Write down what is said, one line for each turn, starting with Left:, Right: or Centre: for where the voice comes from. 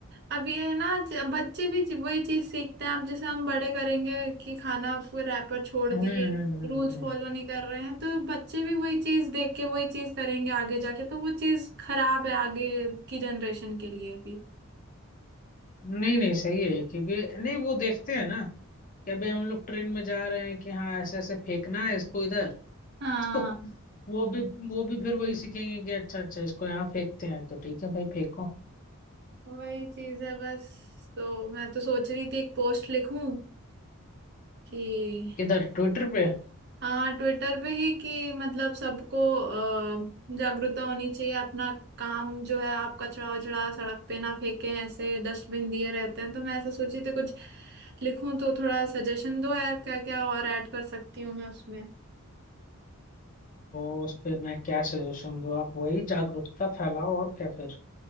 Right: अब ये है ना ज- बच्चे भी ज- वही चीज सीखते हैं अब जैसे हम बड़े करेंगे कि खाना आपको रैपर छोड़
Left: हम्म
Right: दिए
Left: हम्म हम्म,
Right: रूल्स
Left: हम्म। हम्म।
Right: फॉलो नहीं कर रहे हैं तो बच्चे भी वही चीज देख के वही चीज करेंगे आगे जाके तो वो चीज खराब है आगे की जनरेशन के लिए भी
Left: नहीं नहीं सही है क्योंकि नहीं वो देखते हैं ना कि अभी हम लोग ट्रेन में जा रहे हैं कि हाँ ऐसे ऐसे फेंकना है इसको इधर
Right: हाँ
Left: <laughs> तो वो भी वो भी फिर वही सीखेंगे कि अच्छा अच्छा इसको यहाँ फेंकते हैं तो ठीक है भाई फेंको
Right: वही चीज है बस तो मैं तो सोच रही थी एक पोस्ट लिखूं कि
Left: किधर ट्विटर पे
Right: हाँ ट्विटर पे ही कि मतलब सबको अ, जागरूकता होनी चाहिए अपना काम जो है आप कचरा वचड़ा सड़क पे ना फेंकें ऐसे डस्टबिन दिए रहते हैं तो मैं ऐसे सोची थी कुछ लिखूं तो थोड़ा सजेशन दो यार क्या क्या और ऐड कर सकती हूँ मैं उसमें
Left: तो उस पे मैं क्या सजेशन दूँ आप वही जागरूकता फैलाओ और क्या फिर